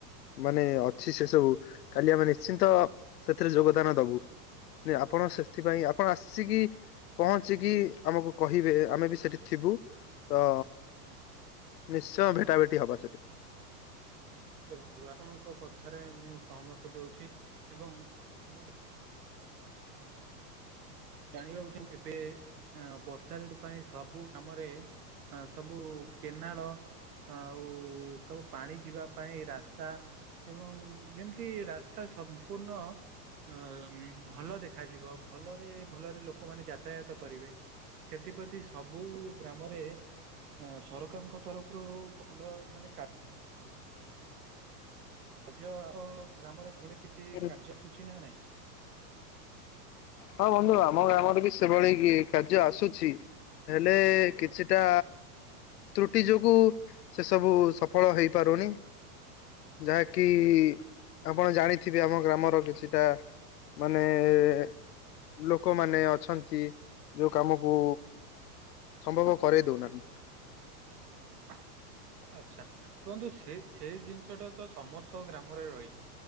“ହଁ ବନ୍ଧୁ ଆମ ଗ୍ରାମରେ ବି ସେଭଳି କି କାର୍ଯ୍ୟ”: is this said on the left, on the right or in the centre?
Left